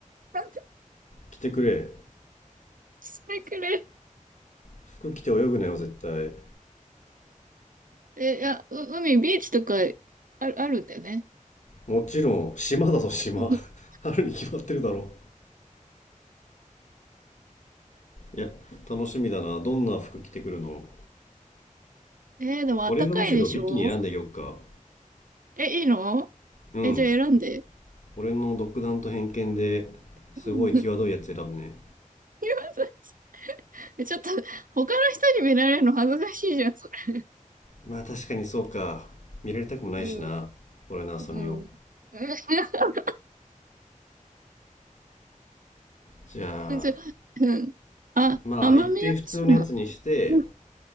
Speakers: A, on the right; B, on the left.
A: <laughs>
B: 着てくれ
A: してくれ。
B: 服着て泳ぐなよ絶対
A: え、いや、う海、ビーチとか、ある、あるんだよね。
B: もちろん島だぞ島
A: <laughs>
B: <laughs> 春に決まってるだろいや楽しみだなどんな服着てくるの
A: えーでもあったかいでしょ
B: 俺がむしろビキニ選んでよっか
A: え、いいの
B: うん
A: え、じゃあ選んで。
B: 俺の独断と偏見ですごい際どいやつ選ぶね
A: うんいやそれ <laughs> えちょっと、他の人に見られるの恥ずかしいじゃん、それ。
B: まあ確かにそうか見られたくもないしな俺のハサミを
A: うん。うん。<laughs>
B: じゃあ
A: え、ちょ、うん。あ、
B: まあ、
A: 奄美大島。
B: 一定普通のやつにして、
A: うん。